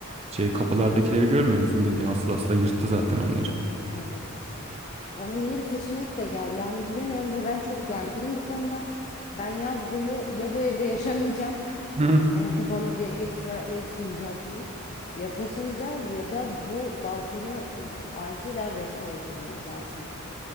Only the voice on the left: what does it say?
Evet. Bana yeni bir seçenekle gel. Yani bilemiyorum ve ben çok gerginim bu konuda. Ben yaz boyu ya bu evde yaşamayacağım. <laughs>
eh, Bana bir ekstra ev sunacaksın. Ya taşınacağız ya da bu balkonu eh, acilen restore ettirmemiz lazım. Eh,